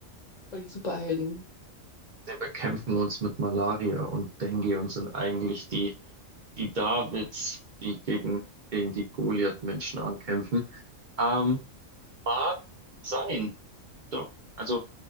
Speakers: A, on the left (about 40°); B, on the right (about 50°).
A: voll die Superhelden.
B: wir bekämpfen uns mit Malaria und Dengue und sind eigentlich die die Davids, die gegen, gegen die Goliath-Menschen ankämpfen. Ähm, mag sein, doch. Also